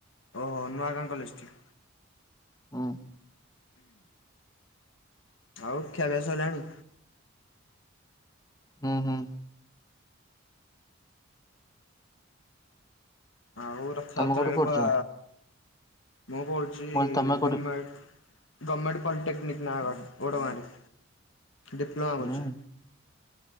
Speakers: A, on the left (about 75°); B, on the left (about 20°).
A: ଓହୋ ନୂଆାଗାଁ କଲେଜଠି।
B: ହୁଁ।
A: ଆଉ ଖିଆପିଆ ସଇଲାଣି?
B: ହୁଁ ହୁଁ।
A: ଆଉ ରଥାଯାତ୍ରାରେ
B: ତମେ କୋଉଠି ପଢୁଛ?
A: କୁଆ
B: ମୁଁ
A: ମୁଁ ପଢ଼ୁ ଯ
B: କହିଲି ତମେ କୋଉଠି
A: ଗମେଣ୍ଟ ଗମେଣ୍ଟ ପଲିଟେକ୍ନିକ ନୟାଗଡ଼ ଓଡ଼ଗାଁରେ। ଡିପ୍ଲୋମା
B: ହୁଁ
A: କରୁଛି।